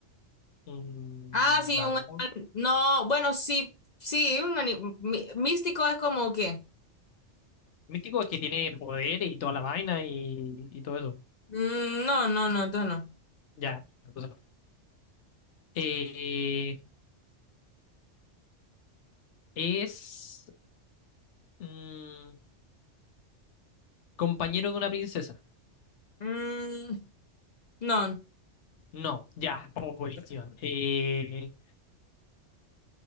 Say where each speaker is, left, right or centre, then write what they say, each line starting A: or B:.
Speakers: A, on the left (about 70°); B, on the left (about 50°).
A: un
B: Ah, sí,
A: dragón.
B: un animal. No, bueno, sí, sí, un animal. Místico es como que.
A: Místico es que tiene poder y toda la vaina y, y todo eso.
B: Mm, no, no, no, entonces no.
A: Ya, entonces no. Eh, es. Mm, compañero de una princesa.
B: Mm, no,
A: No, ya. Oh, buenísima. Eh,